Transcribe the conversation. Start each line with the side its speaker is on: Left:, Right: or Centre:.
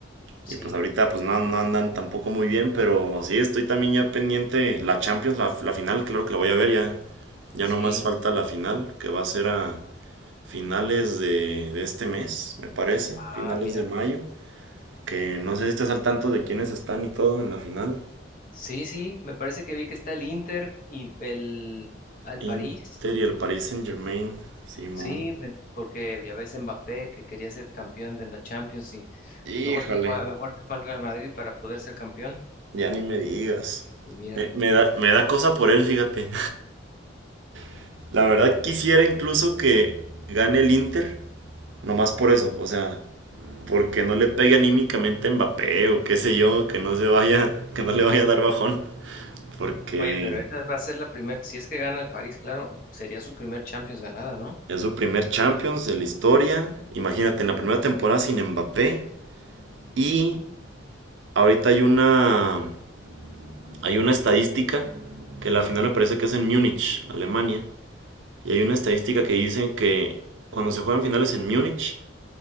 Left: sí,
Right: y pues ahorita pues no, no andan tampoco muy bien, pero sí estoy también ya pendiente la Champions, la, la final, claro que la voy a ver ya, ya
Left: sí,
Right: nomás falta la final que va a ser a finales de, de este mes, me parece,
Left: ah,
Right: finales
Left: mira.
Right: de mayo, que no sé si estás al tanto de quiénes están y todo en la final.
Left: Sí, sí, me parece que vi que está el Inter y el, al
Right: Inter
Left: París.
Right: y el Paris Saint-Germain, Simón.
Left: Sí, me- porque ya ves Mbappé que quería ser campeón de la Champions y
Right: Híjole.
Left: mejor se fue, a- mejor se fue al Real Madrid para poder ser campeón.
Right: Ya ni me digas.
Left: Y míralo.
Right: Me, me da, me da cosa por él, fíjate. <laughs> La verdad quisiera incluso que gane el Inter, nomás por eso, o sea, porque no le pegue anímicamente a Mbappé o qué sé yo, que no se vaya, <laughs> que no le vaya a dar bajón, porque
Left: Oye, pero esa va a ser la primera, si es que gana el París, claro, sería su primer Champions ganada, ¿no?
Right: es su primer Champions de la historia. Imagínate, en la primera temporada sin Mbappé y ahorita hay una hay una estadística que la final me parece que es en Múnich, Alemania Y hay una estadística que dicen que cuando se juegan finales en Múnich,